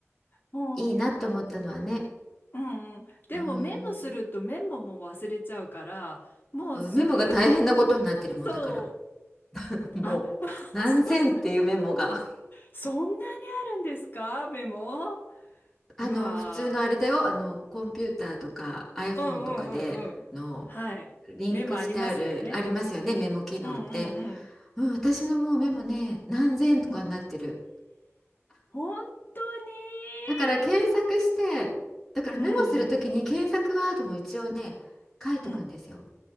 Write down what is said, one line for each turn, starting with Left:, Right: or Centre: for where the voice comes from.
Left: うん
Centre: いいなって思ったのはね
Left: うんうん。でもメモするとメモも忘れちゃうから、
Centre: うん
Left: もうすぐ、
Centre: メモが大変なことになってるもんだから
Left: そ
Centre: <laughs>
Left: う。
Centre: もう何千っていうメモが
Left: あ、<laughs> そ、そんなにあるんですかメモ
Centre: あの、
Left: うわー。
Centre: 普通のあれだよ、あの、コンピューターとか iPhone
Left: うんうんうんうん。
Centre: とかでの
Left: はい。
Centre: リンクしてある、
Left: メモありますよね。
Centre: ありますよね、メモ機能って。
Left: うんうんうん。
Centre: うん、私のもうメモね、何千とかになってる。
Left: うん。本当に
Centre: だから検索して、だからメモするときに検索ワードも一応ね、
Left: うん、
Centre: 書いとくんですよ。
Left: うん。